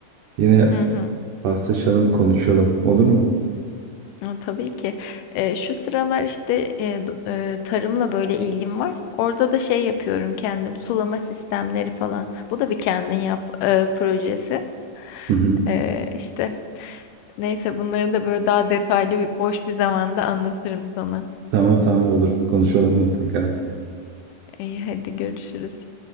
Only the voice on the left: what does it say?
Hı hı.
A, tabii ki. Eee, şu sıralar, işte, eee, do eee, tarımla, böyle, ilgim var. Orada da şey yapıyorum kendim, sulama sistemleri falan. Bu da bir kendin yap, eee, projesi.
Eee, işte, neyse bunları da, böyle, daha detaylı bir boş bir zamanda anlatırım sana.
İyi, hadi görüşürüz.